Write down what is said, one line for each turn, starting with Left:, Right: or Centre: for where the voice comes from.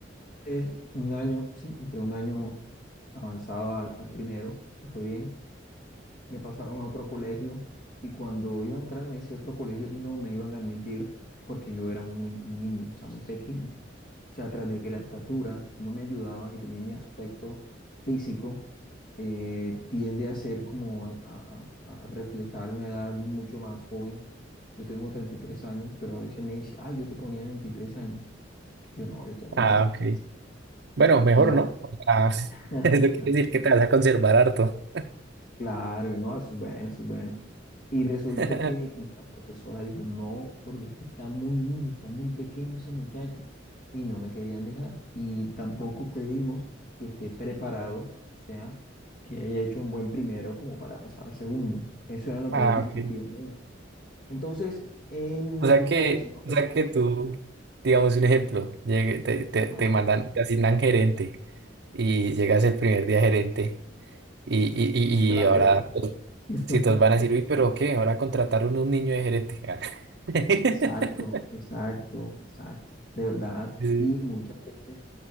Left: Es un año, sí, entre un año avanzado al, al primero, me fue bien. Me pasaron a otro colegio y cuando iba a entrar en ese otro colegio no me iban a admitir porque yo era un muy un niño, o sea, muy pequeño. O sea, tras de que la estatura no me ayudaba y también mi aspecto físico eh, tiende a ser como a, a- a- a reflejar una edad mucho más joven. Yo tengo 33 años, pero a veces me dice, ay, yo te ponía 23 años. Yo no, yo tengo
Right: Ah,
Left: 33.
Right: ok. Bueno, mejor
Left: Ya,
Right: no. O sea, <laughs> eso
Left: <laughs>
Right: quiere decir que te vas a conservar harto.
Left: claro, no, eso es bueno, eso es bueno. Y resulta
Right: <laughs>
Left: que la profesora dijo, no, porque es que está muy niño, está muy pequeño ese muchacho. Y no me querían dejar. Y tampoco creímos que esté preparado, o sea, que haya hecho un buen primero como para pasar a segundo. Eso era lo que
Right: Ah,
Left: ellas discutían
Right: ok.
Left: ahí. Entonces, en
Right: O sea
Left: vista
Right: que,
Left: de eso, no, pero
Right: o sea que tú, digamos un ejemplo, llegue- te, te,
Left: ajá,
Right: te mandan, te asignan gerente y llegas el primer día gerente y, y,
Left: no se la
Right: y, y ahora
Left: creen.
Right: los
Left: <laughs>
Right: citos van a decir, uy, pero ¿qué? Ahora contrataron un niño de gerente. <laughs>
Left: Exacto, exacto, exacto. De verdad.
Right: Sí,
Left: Y muchas veces